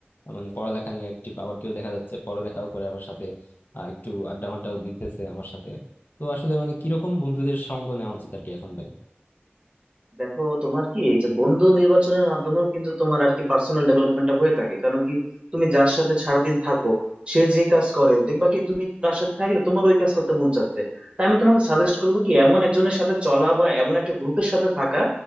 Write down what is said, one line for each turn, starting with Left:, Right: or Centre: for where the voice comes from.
Left: আহ, মানে পড়ালেখা নিয়ে অ্যাক্টিভ আবার কেউ দেখা যাচ্ছে পড়ালেখাও করে আবার সাথে আহ, একটু আড্ডা মাড্ডাও দিতেছে আমার সাথে তো আসলে মানে কিরকম বন্ধুদের সঙ্গ নেওয়া উচিত আর কি এখন ভাই
Right: দেখো তোমার কি এই যে বন্ধু নির্বাচনের মাধ্যমেও কিন্তু তোমার আর কি পার্সোনাল ডেভেলপমেন্টটা হয়ে থাকে কারণ কি তুমি যার সাথে সারাদিন থাকো সে যে কাজ করে দেখবা কি তুমি তার সাথে থাকলে তোমার ওই কাজ করতে মন চাচ্ছে তাই আমি তোমাকে সাজেস্ট করবো কি এমন একজনের সাথে চলা বা এমন একটা গ্রুপের সাথে থাকা